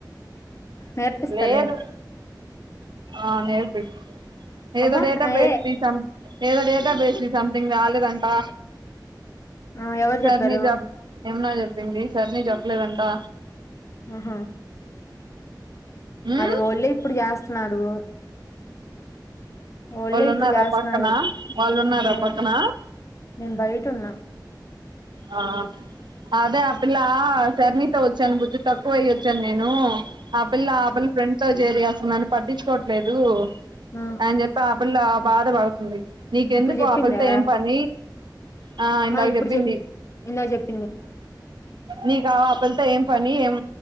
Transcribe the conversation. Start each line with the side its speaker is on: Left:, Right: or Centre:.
Left: నేర్పిస్తాలే
Right: లేదు ఆ నేర్పి ఏదో
Left: అబ్బా
Right: డేటా
Left: ఏ
Right: బేస్ ది సం ఏదో డేటా బేస్ ని సంథింగ్ రాలేదంటా
Left: ఆ ఎవరు
Right: సర్
Left: చెప్పారు
Right: ని జాబ్ యమునా చెప్పింది సారి నిక్ చెప్పలేదంతా
Left: ఆహా
Right: ఉమ్
Left: అది ఒళ్ళే ఇప్పుడు చేస్తున్నారు ఒళ్ళే
Right: వాళ్ళు
Left: ఇప్పుడు
Right: ఉన్నారా
Left: చేస్తున్నారు
Right: పక్కన వాళ్ళు ఉన్నారా
Left: లే
Right: పక్కన
Left: నేను బయట ఉన్నా
Right: ఆ ఆ అదే ఆ పిల్ల సర్ణీతో వచ్చాను బుద్ధి తక్కువ అయ్యొచ్చాను నేను ఆ పిల్ల ఆ పిల్ల ఫ్రెండ్ తో చేరి అసలు నన్ను పట్టించుకోవట్లేదు
Left: ఆ
Right: అని చెప్ ఆ పిల్ల బాధ పడుతుంది. నీకెందుకు
Left: ఇప్పుడు చెప్పిందా
Right: ఆ పిల్ల తో ఏం పన, ఆ
Left: ఆహా
Right: ఇందాక
Left: ఇప్పుడు
Right: చెప్పింది.
Left: చెప్ ఇందాక చెప్
Right: నీకు ఆ పిల్ల తో ఏం పని, ఏం